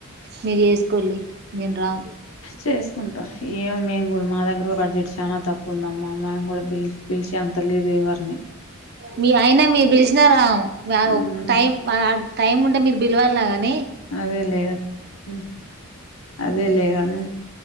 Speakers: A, on the right; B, on the left.
A: మీర్‌ చేసకొలి మేం రాం
B: చేసుకుంటా ఏం మేము కూడా మా దగ్గర బడ్జెట్ చానా తక్కు ఉందమ్మా మము కూడా పిలిచ పిలిచెంత లేదు ఎవరిని
A: మీ ఆయన మీర్‌ పిల్శినా రాం వ్యవ్
B: మ్మ్
A: టైం ఆడ టైం ఉంటే మీరు బిల్వలానే
B: అదే లే ఉ అదే లేదని